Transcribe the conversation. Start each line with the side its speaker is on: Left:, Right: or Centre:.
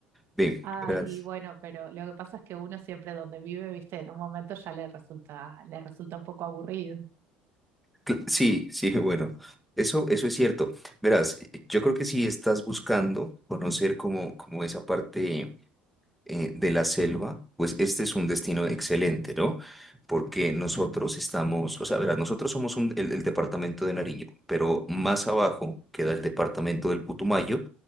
Centre: Ve,
Right: Ay,
Centre: verás.
Right: y bueno, pero lo que pasa es que uno siempre donde vive, viste, en un momento ya le resulta, le resulta un poco aburrido,
Centre: cl- Sí, sí, <laughs> bueno, eso, eso es cierto. Verás, yo creo que si estás buscando conocer como, como esa parte. eh, de la selva, pues este es un destino excelente, ¿no? Porque nosotros estamos, o sea, verás, nosotros somos un- el, el departamento de Nariño, pero más abajo queda el departamento del Putumayo,